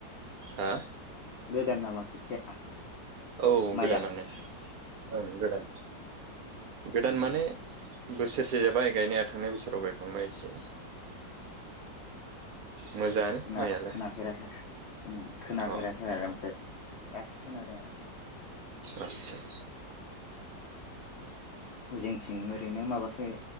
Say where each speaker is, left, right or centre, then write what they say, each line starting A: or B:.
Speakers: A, on the right; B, on the left.
A: हा?
B: गोदान नामा खोथिया?
A: औ
B: माइआ
A: गोदानानो
B: आदसा
A: ओं गोदान गोदान
B: उम
A: माने बोसोरसे जाबाय गायनाया थांनाय बोसोराव गायखांबाय एसे। मोजाङानो
B: खोना
A: माइयालाय
B: खोनाफेराखै ओं खोनाफेराखै
A: अ
B: आरो ओमफ्राय दासो खोनादों आरो।
A: आतसा।
B: जोंथिं ओरैनो माबासो